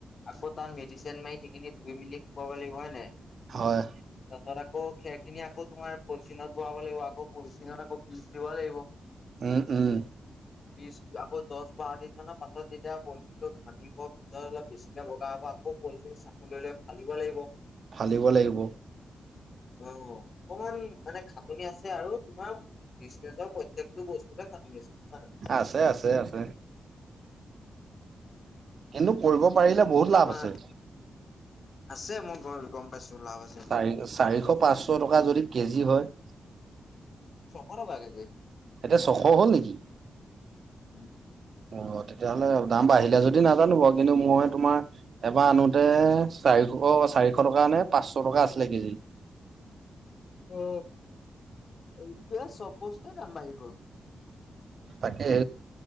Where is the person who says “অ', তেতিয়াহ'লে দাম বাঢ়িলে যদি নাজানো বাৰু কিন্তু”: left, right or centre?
Right